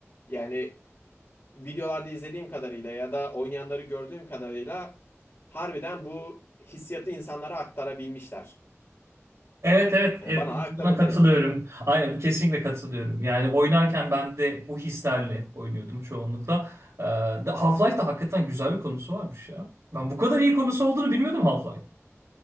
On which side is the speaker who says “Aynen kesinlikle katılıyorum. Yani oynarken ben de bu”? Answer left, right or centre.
Right